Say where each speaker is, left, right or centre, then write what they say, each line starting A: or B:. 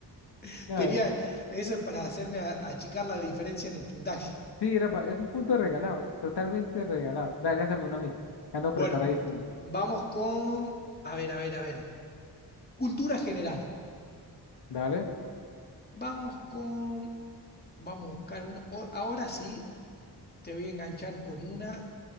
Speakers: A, on the left; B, on the left.
A: <laughs>
B: No,
A: Tenía,
B: eh,
A: eso es para hacerme a- achicar la diferencia en el puntaje.
B: sí, era pa- es un punto regalado, totalmente regalado. Dale, lánzame uno a mí. Ando
A: Bueno,
B: preparadísimo.
A: vamos con, a ver, a ver, a ver, cultura general.
B: Dale.
A: Vamos con, vamos a buscar una. o- ahora sí, te voy a enganchar con una